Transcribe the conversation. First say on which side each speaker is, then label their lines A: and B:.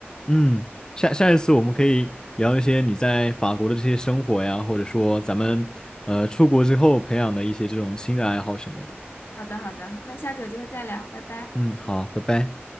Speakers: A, on the left; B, on the left.
A: 嗯，下下一次我们可以聊一些你在法国的这些生活呀，或者说咱们呃出国之后培养的一些这种新的爱好什么的。
B: 好的，好的，那下次有机会再聊，拜拜。
A: 嗯，好，拜拜。